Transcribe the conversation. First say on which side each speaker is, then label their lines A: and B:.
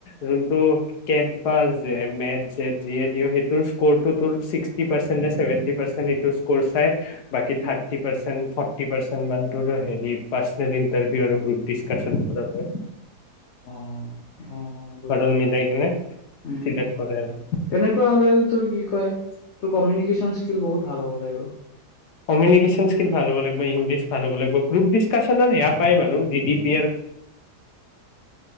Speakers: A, on the left (about 75°); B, on the left (about 50°).
A: জোনটো কেব বা জেম, মেট, জেদ যিয়ে দিৱ সেইটোৰ স্কৰটো তোৰ চিক্সটি পাৰ্চেণ্ট নে চেভেন্টি পাৰ্চেণ্ট এইটো স্কৰ চাই বাকী
B: উম,
A: thirty percent forty percent মানটো-টো হেৰি পাৰ্চনেলি টেৰ্ভি আৰু গ্ৰুপ ডিছকাশচন এটা লয়।
B: অ' অ বুজি
A: অল
B: পাইছো
A: মিলাই কিনে
B: উম
A: চিলেক্ট কৰে আৰু
B: তেনেকুৱা হলে তোৰ কি কয় তো কমিনিকেশ্বন স্কিল বহুত ভাল হ'ব লাগিব।
A: কমিনিকেশ্বন স্কিল ভাল হ'ব লাগিব, ইংলিছ ভাল হ'ব লাগিব, গ্ৰুপ ডিচকাচনত এয়া পায় বাৰু জি ডি পি